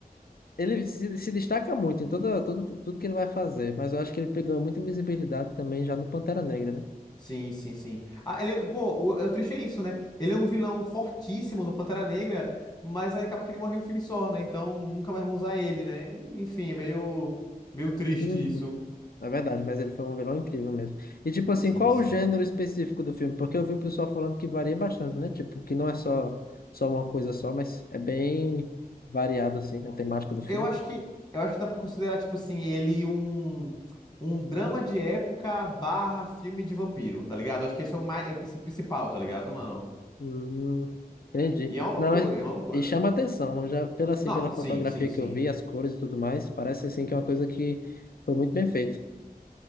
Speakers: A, on the left; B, on the left.
A: ele se, se destaca muito em toda, todo, tudo que ele vai fazer, mas eu acho que ele pegou muita visibilidade também já no Pantera Negra, né?
B: Sim, sim, sim. Ah, ele, pô, o, o triste é isso, né? Ele é um vilão fortíssimo do Pantera Negra, mas aí acaba que ele morre em um filme só, né? Então nunca mais vão usar ele, né? Enfim, é meio, meio triste
A: Uhum.
B: isso.
A: É verdade, mas ele foi um vilão incrível mesmo. E tipo assim,
B: Sim,
A: qual
B: sim.
A: o gênero específico do filme? Porque eu vi o pessoal falando que varia bastante, né? Tipo, que não é só, só uma coisa só, mas é bem variado assim, a temática do filme.
B: Eu acho que eu acho que dá pra considerar, tipo assim, ele um, um drama de época barra filme de vampiro, tá ligado? Acho que esse é o mais, é o princi- principal, tá ligado, mano?
A: Hum, entendi.
B: E é uma loucura,
A: Não, é-
B: é uma loucura.
A: e chama atenção, eu já pela assim,
B: Não,
A: pela fotografia
B: sim, sim, sim.
A: que eu vi, as cores e tudo mais, parece assim que é uma coisa que foi muito bem feito.